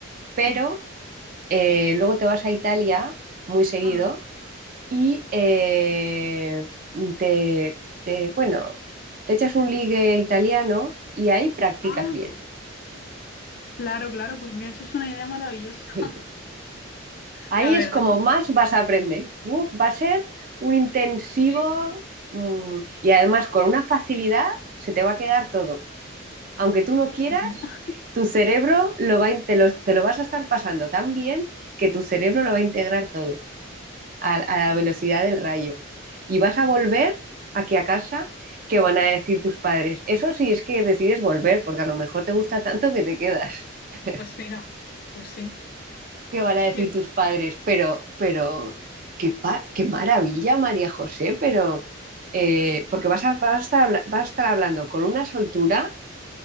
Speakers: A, on the right; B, on the left.
A: pero
B: sí,
A: eh, luego te vas a Italia muy seguido
B: anda.
A: y eh, te, te, bueno, te echas un ligue italiano y ahí practicas
B: Ah.
A: bien.
B: Claro, claro, pues mira, eso es una idea maravillosa.
A: <laughs>
B: <laughs>
A: Ahí
B: La verdad,
A: es como más vas a aprender. Uf, va a ser un intensivo,
B: sí.
A: mm, y además con una facilidad se te va a quedar todo. Aunque tú no
B: Pues
A: quieras,
B: mira,
A: tu cerebro lo va, a in- te lo, te lo vas a estar pasando tan bien que tu cerebro lo va a integrar todo a, a la velocidad del rayo. Y vas a volver aquí a casa, que van a decir tus padres? Eso sí es que decides volver, porque a lo mejor te gusta tanto que te quedas.
B: <laughs>
A: <laughs>
B: pues mira, pues sí. <laughs>
A: qué van a decir
B: Que-
A: tus padres, pero, pero, qué, pa- qué maravilla, María José, pero, eh, porque vas a, vas a estar, habla- vas a estar hablando con una soltura